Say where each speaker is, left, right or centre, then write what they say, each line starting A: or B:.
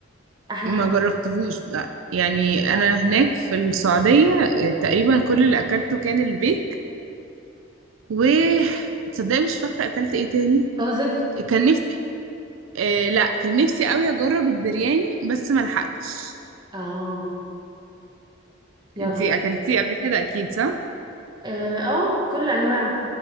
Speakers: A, on the right (about 20°); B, on the right (about 80°).
A: احلى
B: ما
A: حاجه
B: جربتهوش لا يعني انا هناك في السعوديه آه، تقريبا كل اللي اكلته كان البيك و تصدقي مش فاكره اكلت ايه تاني
A: طازج
B: كان نفسي آه لا كان نفسي قوي اجرب البرياني بس ما لحقتش
A: اه يلا
B: انتي
A: مش
B: اكلتيه
A: مشكلة.
B: قبل كده اكيد صح
A: اه آه، كل انواعه